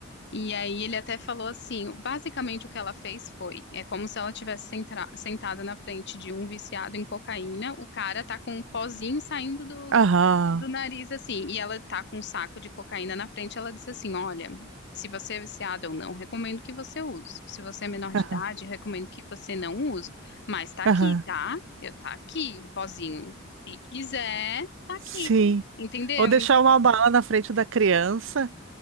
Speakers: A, on the left; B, on the right.
A: E aí ele até falou assim, basicamente o que ela fez foi, é como se ela tivesse sentra- sentada na frente de um viciado em cocaína, o cara tá com um pozinho saindo do
B: Aham,
A: do nariz assim, e ela tá com um saco de cocaína na frente, ela diz assim: "Olha, se você é viciado ou não, recomendo que você use. Se você é menor de
B: aham,
A: idade, recomendo que você não use, mas tá aqui,
B: aham.
A: tá? Eu tá aqui, o pozinho. Se quiser, tá aqui."
B: Sim.
A: Entendeu?
B: Ou deixar uma bala na frente da criança.